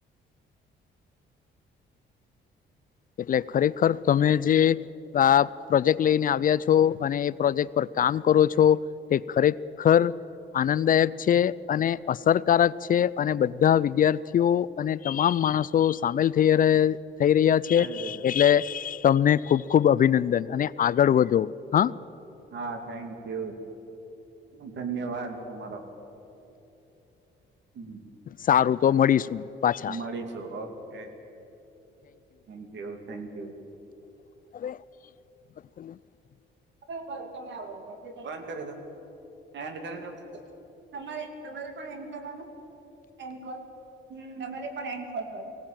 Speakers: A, on the left (about 45°); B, on the right (about 65°).
A: એટલે ખરેખર તમે જે આ પ્રોજેક્ટ લઈને આવ્યા છો અને એ પ્રોજેક્ટ પર કામ કરો છો તે ખરેખર આનંદદાયક છે અને અસરકારક છે અને બધા વિદ્યાર્થીઓ અને તમામ માણસો સામેલ થઈ થઈ રહ્યા છે
B: થઈ ગયો
A: એટલે તમને ખુબ ખુબ અભિનંદન અને આગળ વધો હા
B: હા થેન્ક યુ ધન્યવાદ તમારો હમ્મ
A: સારું તો મળીશું પાછા
B: મળીશું okay thank you thank you,
A: <unintelligible>
B: હ તમે આવો <unintelligible> કરી દો એડ કરી દો તમારે તમારે પણ એન્ડ કરવાનું એન્ડ કર હમ્મ તમારે પણ એન્ડ કરવાનો